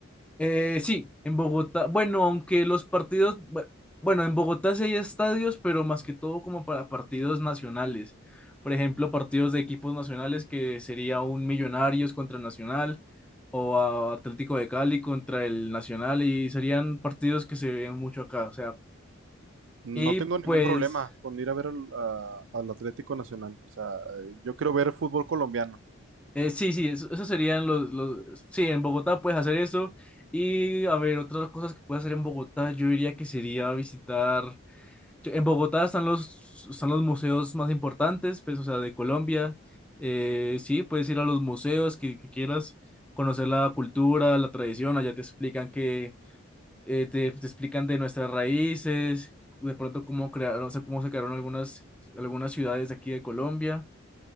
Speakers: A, in the centre; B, on the right.
A: Eh, sí, en Bogotá, bueno, aunque los partidos, bu- bueno, en Bogotá sí hay estadios, pero más que todo como para partidos nacionales. Por ejemplo, partidos de equipos nacionales que sería un Millonarios contra el Nacional o a- Atlético de Cali contra el Nacional y serían partidos que se ven mucho acá, o sea,
B: No
A: y
B: tengo ningún
A: pues
B: problema con ir a ver al, a- al Atlético Nacional. O sea, eh, yo quiero ver fútbol colombiano,
A: eh, sí, sí, eso, eso serían los, los, sí, en Bogotá puedes hacer eso y a ver, otras cosas que puedes hacer en Bogotá, yo diría que sería visitar En Bogotá están los, están los museos más importantes, pues, o sea, de Colombia. Eh, sí, puedes ir a los museos que, que quieras, conocer la cultura, la tradición, allá te explican que, eh, te, te explican de nuestras raíces, de pronto cómo crearon, o sea, cómo se crearon algunas, algunas ciudades de aquí de Colombia.